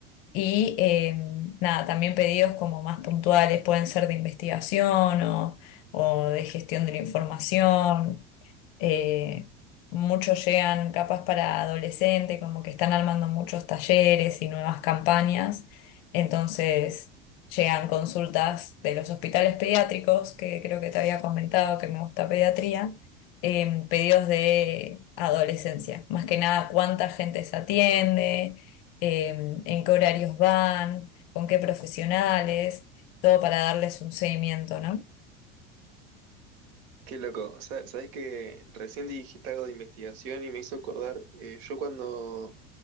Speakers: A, on the left; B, on the right.
A: Y eh, nada, también pedidos como más puntuales, pueden ser de investigación o, o de gestión de la información eh, muchos llegan capaz para adolescente, como que están armando muchos talleres y nuevas campañas. Entonces llegan consultas de los hospitales pediátricos, que creo que te había comentado que me gusta pediatría, em, pedidos de adolescencia. Más que nada, cuánta gente se atiende, em, en qué horarios van, con qué profesionales, todo para darles un seguimiento, ¿no?
B: Qué loco. Sa- ¿Sabes que recién dijiste algo de investigación y me hizo acordar? eh, yo cuando